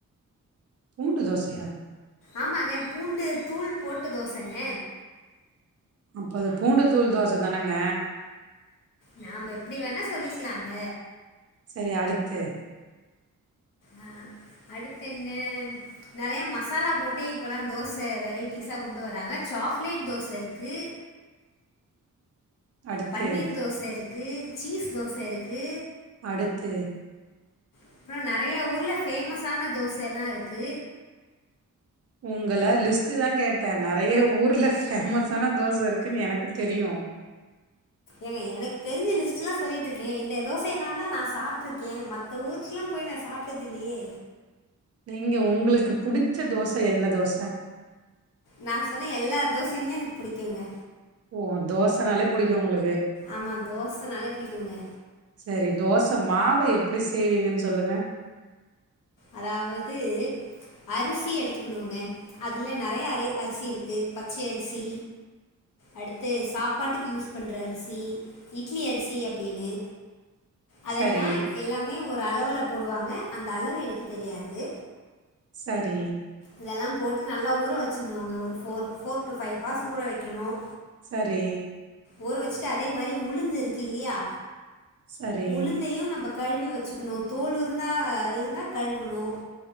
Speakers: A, on the right; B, on the left.
A: பூண்டு தோசையா
B: ஆமாங்க பூண்டு தூள் போட்டு தோசங்க
A: அப்பது பூண்டு தூள் தோச தானங்க
B: நாம்ப எப்படி வேண்ணா சொல்லிக்கலாங்க
A: செரி அடுத்து
B: அஹ் அடுத்த என்ன நெறைய மசாலா போட்டு இப்பல்லாம் தோச வெரைட்டிஸா கொண்டு வராங்க சாக்லேட் தோச இருக்கு
A: அடுத்து
B: பன்னீர் தோச இருக் க்கு சீஸ் தோச இருக்கு
A: அடுத்து
B: அப்புறம் நெறய ஊர்ல பேமஸ் ஆன தோச எல்லா இருக்கு
A: உங்கள லிஸ்டு தான் கேட்ட நறைய ஊர்ல பேமஸ்ஸான தோச இருக்குன்னு எனக்கும் தெரியும்
B: ஏங்க எனக்கு தெரிஞ்ச லிஸ்ட்டுல்லாம் சொல்லிட்டு இருக்கேன் இந்த தோச எல்லாம் தான் நா சாப்பிட்டு இருக்கேன் மத்த ஊர்க்குல்லாம் போய் நா சாப்பிட்டது இல்லையே
A: நீங்க உங்களுக்கு புடிச்ச தோச என்ன தோச
B: நா சொன்னே எல்லா தோசையுமே எனக்கு புடிக்குங்க
A: ஓ தோச நாலே புடிக்கும் உங்களுக்கு
B: ஆமா தோசஸ் நாலே பிடிக்குங்க
A: சரி தோசமாவு எப்படி செய்வீங்கன்னு சொல்லுங்க
B: அதாவது அரிசி எடுத்துக்கணுங்க அதுல நறைய அரை அரிசி இருக்கு பச்ச அரிசி அடுத்து சாப்பாட்டுக்கு யூஸ் பண்ற அரிசி இட்லி அரிசி அப்டின்னு அதெல்லாம்
A: சரி
B: எல்லாமே ஒரு அளவுல போடுவாங் னே அந்த அளவு எனுக் குத் தெரியாது
A: சரி
B: இதெல்லாம் போட்டு நல்லா ஊற வச்சிருந்தாங்க ஒரு போர் போர் டு பைவ்ஹர்ஸ் ஊற வைக்கணும்
A: சரி
B: ஒருவச்சுட்டு அதே மாரி உளுந்து இருக்கி இல்லையா
A: சரி
B: உளுந்தையும் நம்மபக் கழுவி வச்சுக்கணும் தோல் ருந்தால் இருந்தால் கழுவணும்